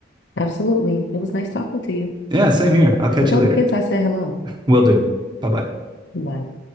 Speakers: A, on the left (about 70°); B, on the right (about 25°).
A: Absolutely. It was nice talking to you.
B: Yeah, same here. I'll catch
A: And tell
B: you later.
A: the kids I said hello.
B: Will do. Bye bye.
A: Bye.